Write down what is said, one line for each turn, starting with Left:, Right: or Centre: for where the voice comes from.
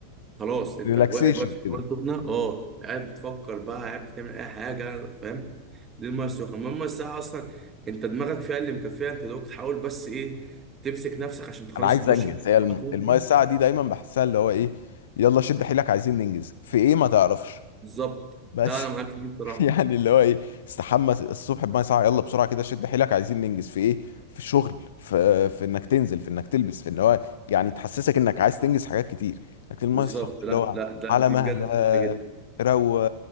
Right: خلاص انت
Left: ريلاكسيشن
Right: واقف واقف في
Left: كده
Right: الميه السخنه اه قاعد بتفكر بقى قاعد بتعمل اي حاجه فاهم دي الميه السخنه المهم الميه الساقعه اصلا انت دماغك فيها اللي مكفيها انت دوك تحاول بس ايه تمسك نفسك عشان تخلص
Left: انا عايز
Right: الدش
Left: انجز
Right: في أقصى
Left: هي الم-
Right: وقت ممكن
Left: المايه الساعه دي دايما بحسها اللي هو ايه يلا شد حيلك عايزين ننجز في ايه ما تعرفش
Right: بالظبط
Left: بس
Right: لا انا معاك في دي بصراحه
Left: <laughs> يعني اللي هو ايه استحمى الصبح بميه ساقعه يلا بسرعه كده شد حيلك عايزين ننجز في ايه في الشغل في في انك تنزل في انك تلبس في ان هو يعني تحسسك انك عايز تنجز حاجات كتير لكن الميه
Right: بالظبط
Left: السخنه
Right: لا
Left: اللي هو
Right: لا لا
Left: على
Right: دي
Left: مهلك
Right: بجد صح جدا
Left: روق